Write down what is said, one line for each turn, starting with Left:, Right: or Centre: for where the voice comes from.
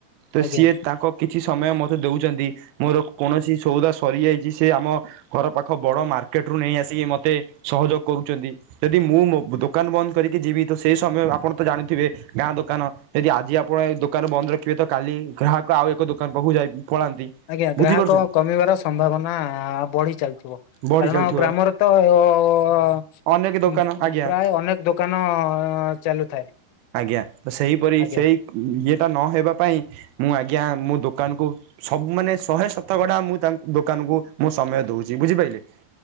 Right: ତ
Left: ଆଜ୍ଞା
Right: ସିଏ ତାଙ୍କ କିଛି ସମୟ ମତେ ଦଉଛନ୍ତି ମୋର କୌଣସି ସଉଦା ସ ସରିଯାଇଛି ସେ ଆମ ଘର ପାଖ ବଡ଼ ମାର୍କେଟରୁୁ ନେଇ ଆସିକି ମତ ତେ ସହଯୋଗ କରୁଛନ୍ତି ଯଦି ମୁଁ ମୋ ଦୋକାନ ବନ୍ଦ କରିକି ଯିବି ତ ସେ ସମୟ ଆପଣ ତ ଜାଣୁଥିବେ ଗାଁ ଦୋକାନ ଯଦି ଆଜି ଆପଣ ଏ ଦୋକାନ ବନ୍ଦ ରଖିବେ ତ କାଲି ଗ୍ରାହକ ଆଉ ଏକ ଦୋକାନ ପାଖକୁ ଯାଇ ପଳାନ୍ତି।
Left: ଆଜ୍ଞା ଗ୍ରାହକ
Right: ବୁଝିପାରୁଛନ୍ତି
Left: କମିବାର ସମ୍ଭାବନା ବଢି ଚାଲିଥିବ
Right: ବଢ଼ି
Left: କାରଣ
Right: ଚାଲୁଥିବ
Left: ଗ୍ରାମରେ ତ ପ ଅ
Right: ଅନେକ ଦୋକାନ ଆଜ୍ଞା
Left: ପ୍ରାୟ ଅନେକ ଦୋକାନ ଚାଲୁଥାଏ।
Right: ଆଜ୍ଞା ତ ସେହିପରି
Left: ଆଜ୍ଞା
Right: ସେଇ ଇଏ ନହବା ପାଇଁ ମୁଁ ଆଜ୍ଞା ମୋ ଦୋକାନକୁ ସବୁ ମାନେ ଶହେ ଶତକଡା ମୁଁ ତାଙ୍କ ଦୋକାନକୁ ମୁ ସମୟ ଦଉଛି ବୁଝିପାରିଲେ।